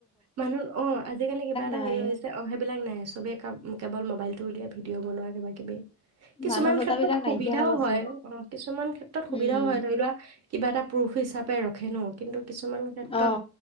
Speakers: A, on the right; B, on the left.
A: মানুহ অ', আজিকালি কিবা এটা
B: নাই
A: হেৰি হৈছে অ', সেইবিলাক নাই চবে কে কেৱল মোবাইলতটো উলিয়াই ভিডিঅ' বনোৱা কিবাকিবি কিছুমান
B: মানুহ বচাবিলাক
A: ক্ষেত্ৰত সুবিধাও
B: নাইকিয়া হৈ গৈছে
A: হয় অ', কিছুমান ক্ষেত্ৰত
B: উম
A: সুবিধাও হয় ধৰি লোৱা কিবা এটা প্ৰুফ হিচাপে ৰখ হেনো কিন্তু কিছুমান ক্ষেত্ৰত
B: অ